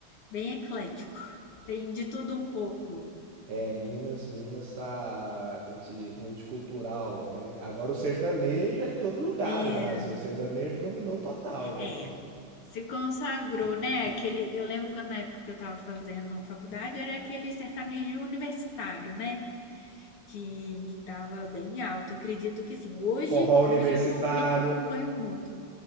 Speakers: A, on the left; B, on the right.
A: bem eclético. Tem de tudo um pouco.
B: É, Minas, Minas tá, como que se diz, multicultural, né? Agora o sertanejo é em todo lugar
A: É,
B: no Brasil. O sertanejo dominou total, né?
A: é. Se consagrou, né? Aquele, eu lembro quando na época que eu tava fazendo faculdade era aquele sertanejo universitário, né? que estava bem alto. Eu acredito que sim. Hoje,
B: Forró
A: hoje
B: universitário.
A: eu não, não acompanho muito.